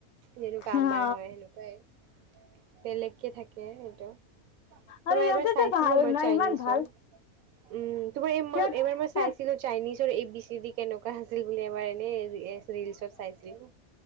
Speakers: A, on the right; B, on the left.
A: যেনেকুৱা
B: অ
A: আমাৰ হয় সেনেকুৱাই। বেলেগকে থাকে সেইটো তোমাৰ,
B: আৰু সিহঁতেতো
A: এবাৰ চাইছিলো
B: ভাল
A: মই
B: ন
A: চাইনিজৰ।
B: ইমান ভাল
A: উম, তোমাৰ এইবাৰ
B: সিহঁত
A: মই
B: সিহঁত
A: চাইছিলো চাইনিজৰ এ বি চি দি কেনেকুৱা আছিল বুলি এবাৰ এনেই ৰিলচত চাইছিলো